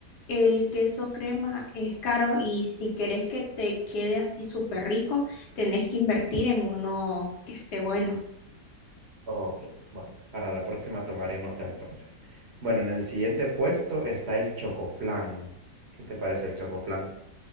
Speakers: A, on the left; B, on the right.
A: El queso crema es caro y si querés que te quede así súper rico, tenés que invertir en uno que esté bueno.
B: Ok, bueno, para la próxima tomaré nota entonces. Bueno, en el siguiente puesto está el chocoflán. ¿Qué te parece el chocoflán?